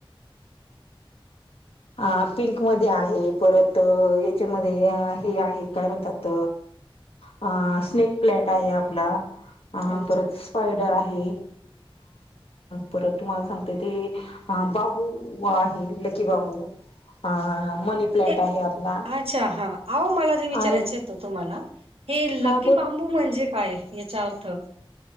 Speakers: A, on the left (about 80°); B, on the right (about 80°).
A: अ पिंक मध्ये आहे. परत याच्यामध्ये हे आहे काय म्हणतात. अ स्नेक प्लॅट आहे. आपला अ
B: अच्छा
A: परत स्पायडर आहे. परत तुम्हाला सांगते ते. अ बांबू आहे, लकी बांबू. हा हा हा मनी. प्लॅन्ट
B: ते
A: आहे आपला
B: अच्छा, हा आहो मला जे विचारायचं.
A: आणि
B: तुम्हाला, हे लकी
A: हा बोल
B: बांबू म्हणजे काय याचा अर्थ?